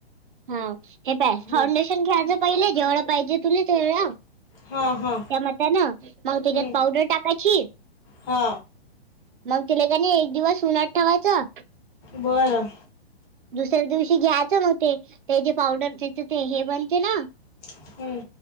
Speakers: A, on the right; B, on the left.
A: हा हे प हा फाउंडेशन
B: हं
A: घ्यायचं पहिले जेवढ पाहिजे तुले तेवढ.
B: हां हां
A: त्या म्हणताना मग त्याच्यात
B: हं
A: पावडर टाकायची.
B: हा
A: मग तिला कानी एक दिवस उन्हाट ठेवायचं.
B: बरं.
A: दुसऱ्या दिवशी घ्यायचं मग ते, जे पावडर दच ते हे बनते ना.
B: हम्म.